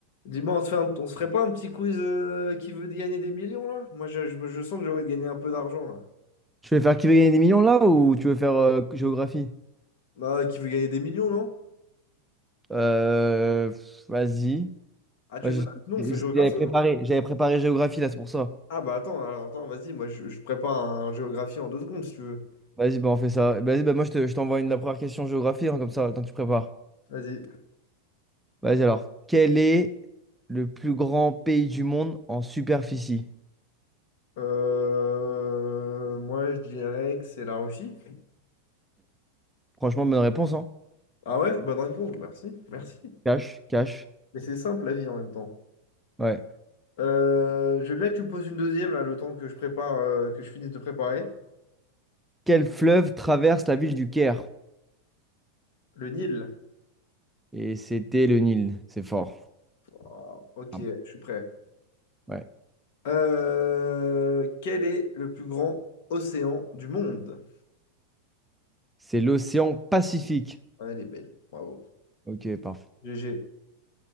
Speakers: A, on the left (about 65°); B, in the centre.
A: Dis-moi, on se fait un- on se ferait pas un petit quiz euh, qui veut gagner des millions là? Moi, je, je me- je sens que j'ai envie de gagner un peu d'argent là.
B: Tu veux faire qui veut gagner des millions là ou tu veux faire euh, géographie?
A: Bah, qui veut gagner des millions, non?
B: Euh, pff, vas-y.
A: Ah, tu
B: Moi,
A: veux
B: j'ai-
A: faire... Non, on fait géographie.
B: J'avais préparé,
A: hein.
B: j'avais préparé géographie là, c'est pour ça.
A: Ah bah attends, alors attends, vas-y, moi je, je prépare un géographie en deux secondes si tu veux.
B: Vas-y, bah, on fait ça. Vas-y, bah, moi je te- je t'envoie une la première question géographie, hein, comme ça, le temps que tu prépares.
A: Vas-y.
B: Vas-y alors. Quel est le plus grand pays du monde en superficie?
A: Euh, Moi, je dirais que c'est la Russie.
B: Franchement, bonne réponse, hein?
A: Ah ouais, bonne réponse, merci, merci.
B: Cash, cash.
A: Mais c'est simple la vie en même temps.
B: Ouais.
A: Euh, je veux bien que tu me poses une deuxième là, le temps que je prépare, euh, que je finisse de préparer.
B: Quel fleuve traverse la ville du Caire?
A: Le Nil.
B: Et c'était le Nil c'est fort.
A: Oh, ok,
B: Ah.
A: je suis prêt.
B: Ouais.
A: Euh, quel est le plus grand océan du monde?
B: C'est l'océan Pacifique.
A: Ah, elle est belle, bravo.
B: Ok, parfait.
A: GG,